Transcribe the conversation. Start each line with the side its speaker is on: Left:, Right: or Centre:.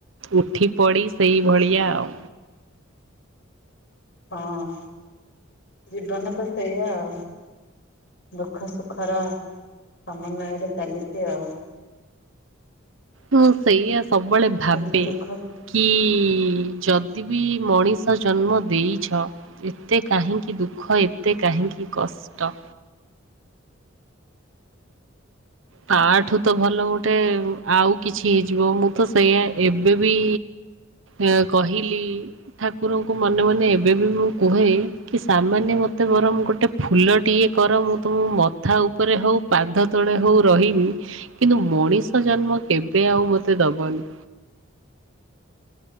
Right: ଉଠି ପଡ଼ି ସେଇଭଳିଆ ଆଉ।
Left: ହଁ ଜୀବନ ତ ସେଇଆ ଆଉ। ଦୁଃଖ ସୁଖର ସମନ୍ୱୟରେ ଚାଲିଛି ଆଉ।
Right: ମୁଁ ସେଇଆ ସବୁବେଳେ ଭାବେ।
Left: କିଛି ଦୁଃଖ
Right: କି ଯଦି ବି ମଣିଷ ଜନ୍ମ ଦେଇଛ ଏତେ କାହିଁକି ଦୁଃଖ ଏତେ କାହିଁକି କଷ୍ଟ। ତାଠୁ ତ ଭଲ ଗୋଟେ ଆଉ କିଛି ହେଇଯିବ ମୁଁ ତ ସେଇଆା ଏବେ ବି ଏ କହିଲି ଠାକୁରଙ୍କୁ ମନେ ମନେ ଏବେ ବି ମୁଁ କୁହେ କି ସାମାନ୍ୟ ମତେ ବରଂ ଗୋଟେ ଫୁଲ ଟିଏ କର ମୁଁ ତମ ମଥା ଉପରେ ହଉ ପାଦ ତଳେ ହଉ ରହିବି କିନ୍ତୁ ମଣିଷ ଜନ୍ମ କେବେ ଆଉ ମତେ ଦବନି।